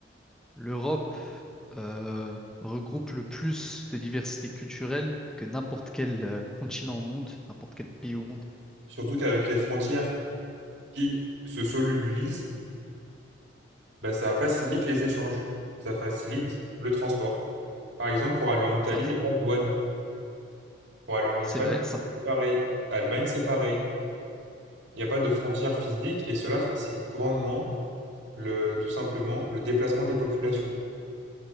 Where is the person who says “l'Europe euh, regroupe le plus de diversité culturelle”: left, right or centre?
Centre